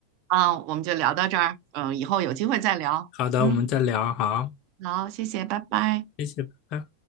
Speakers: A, on the right; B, on the left.
A: 啊，我们就聊到这儿。嗯，以后有机会再聊。
B: 好的，
A: 嗯，
B: 我们再聊。好，
A: 好，谢谢，拜拜。
B: 谢谢，拜拜。